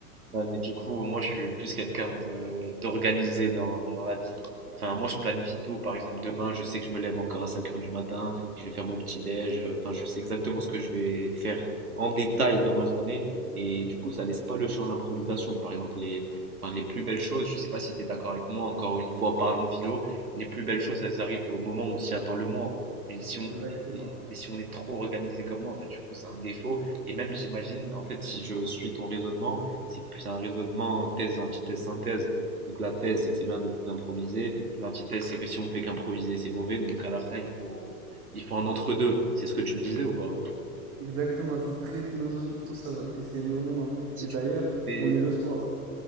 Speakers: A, on the right; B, on the right.
A: Ouais, mais du coup, moi, je suis plus quelqu'un de d'organisé dans, dans la vie. Enfin, moi, je planifie tout. Par exemple, demain, je sais que je me lève encore à 5 heures du matin, que je vais faire mon petit déj. euh, Enfin, je sais exactement ce que je vais faire en détail dans ma journée. Et du coup, ça laisse pas le champ à l'improvisation. Par exemple, les, enfin, les plus belles choses, je sais pas si tu es d'accord avec moi, encore une fois, parlons philo, les plus belles choses, elles arrivent au moment où on s'y attend le moins. Mais si
B: Exactement.
A: on est, mais si on est trop organisé comme moi, bah, du coup, c'est un défaut. Et même, j'imagine, en fait, si je suis ton raisonnement, c'est plus un raisonnement thèse, antithèse, synthèse. Donc la thèse, c'est que c'est bien d'être improvisé. L'antithèse, c'est que si on ne fait qu'improviser, c'est mauvais. Donc à la fin, il faut, il faut un entre-deux. C'est ce que tu me disais ou pas?
B: Exactement, c'est très philosophique tout ça, j'apprécie énormément.
A: Et si
B: Et
A: tu
B: d'ailleurs,
A: fais-
B: on est le soir.